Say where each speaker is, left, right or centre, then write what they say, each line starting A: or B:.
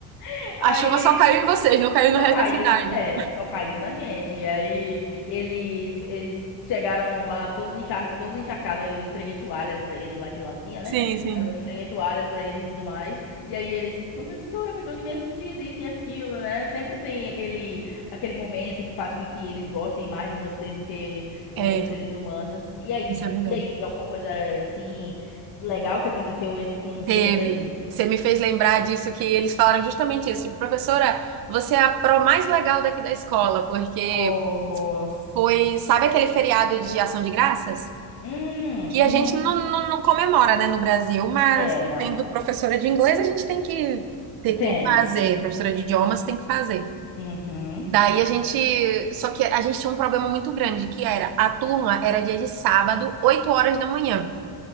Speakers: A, on the left; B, on the right.
A: <laughs> Aí
B: a chuva só caiu em vocês, não caiu no
A: só
B: resto
A: caiu,
B: da cidade.
A: na- é, só caiu na gente. E aí eles eles chegaram lá todos encharcados, todos encharcados. Aí Eu entreguei toalhas pra eles lá que lá tinha, né?
B: Sim, sim.
A: Aí eu entreguei toalhas pra eles e tudo mais. E aí eles, professora, foi tão divertido isso e aquilo, né? Sempre tem aquele aquele momento que faz com que eles gostem mais de você do que outros
B: É,
A: seres humanos. E aí,
B: isso é verdade.
A: e aí alguma coisa assim legal que aconteceu ent- com os
B: Teve.
A: seus aí?
B: Você me fez lembrar disso que eles falaram justamente isso. Tipo, Professora, você é a pro mais legal daqui da escola, porque
A: Oh.
B: foi, sabe aquele feriado de Ação de Graças?
A: Hum,
B: que a
A: uhum.
B: gente não, não, não comemora, né, no Brasil, mas
A: É, não.
B: sendo professora de inglês, a gente tem que, tem,
A: Tem.
B: tem que fazer, professora de idiomas tem que fazer.
A: Uhum.
B: Daí a gente, só que a gente tinha um problema muito grande, que era, a turma era dia de sábado, 8 horas da manhã.